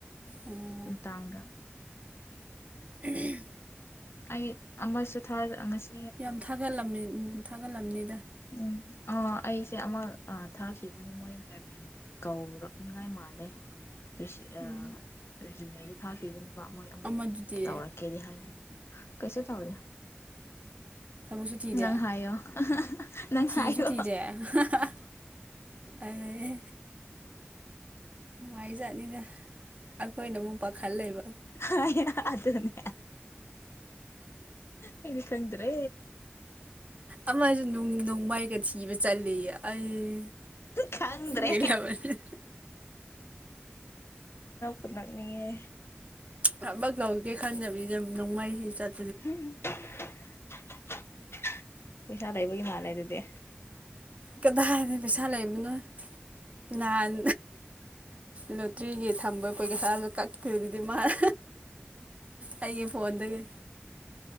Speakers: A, on the right; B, on the left.
A: ꯑꯣ
B: ꯃꯇꯥꯡꯗ
A: ꯎꯝ ꯍꯨ <inaudible>
B: ꯑꯩ ꯑꯃꯁꯨ ꯊꯥ ꯑꯃꯁꯨ
A: ꯌꯥꯝ ꯊꯥꯒꯠꯂꯝꯃꯤ ꯎꯝ ꯊꯥꯒꯠꯂꯝꯅꯤ
B: ꯎꯝ ꯑ ꯑꯩꯁꯦ ꯑꯃ ꯑꯥ ꯊꯥꯈꯤꯕꯅꯦ ꯃꯣꯏ ꯏꯟꯇꯔꯚꯤꯌꯨꯒꯤ ꯀꯧꯔꯛꯅꯤꯉꯥꯏ ꯃꯥꯜꯂꯦ ꯔꯤꯁꯤ
A: ꯎꯝ
B: ꯑ ꯔꯤꯖꯨꯃꯦ ꯊꯥ ꯈꯤꯕꯅꯤ ꯃꯣꯏ ꯑꯃꯨꯛ
A: ꯑꯃꯗꯨꯗꯤ
B: ꯇꯧꯔꯛꯀꯦꯗꯤ ꯍꯥꯏꯕꯅꯤ ꯀꯩꯁꯨ ꯇꯧꯗꯦ
A: ꯊꯕꯛꯁꯨ ꯊꯤꯗꯦ
B: ꯅꯪ ꯍꯥꯏꯌꯣ ꯅꯪ
A: ꯊꯤꯁꯨ
B: ꯍꯥꯏꯌꯣ
A: ꯊꯤꯗꯦ ꯍꯥ ꯍꯥ ꯑꯩ ꯅꯨꯡꯉꯥꯏꯖꯥꯠꯅꯤꯗ ꯑꯩꯈꯣꯏꯅ ꯑꯃꯨꯛ ꯄꯥꯈꯠ ꯂꯩꯕ
B: ꯍꯥꯏꯌꯣ ꯑꯗꯨꯅꯦ ꯑꯩꯗꯤ ꯈꯪꯗ꯭ꯔꯦ
A: ꯑꯃꯁ ꯅꯪ ꯅꯣꯡꯃꯏꯒ ꯏꯕ ꯆꯜꯂꯦꯌꯦ ꯑꯩ
B: ꯈꯪꯗ꯭ꯔꯦ
A: ꯄꯦꯜꯂꯕꯅꯤ
B: ꯅꯛꯅꯤꯌꯦ
A: ꯊꯕꯛ ꯇꯧꯒꯦ ꯈꯟꯗꯕꯤꯗ ꯅꯣꯡꯃꯩꯁꯤ ꯆꯠ
B: <inaudible> ꯄꯩꯁꯥ ꯂꯩꯕꯒꯤ ꯃꯥꯜꯂꯦ ꯑꯗꯨꯗꯤ
A: ꯀꯗꯥꯏꯗꯩ ꯄꯩꯁꯥ ꯂꯩ ꯃꯅꯣꯏ ꯅꯍꯥꯟ ꯂꯣꯇ꯭ꯔꯤꯒꯤ ꯊꯝꯕ ꯄꯩꯁꯥ ꯀꯛꯇꯣꯏꯗꯨꯗꯤ ꯃꯥꯅ ꯑꯩꯒꯤ ꯐꯣꯟꯗꯒꯤ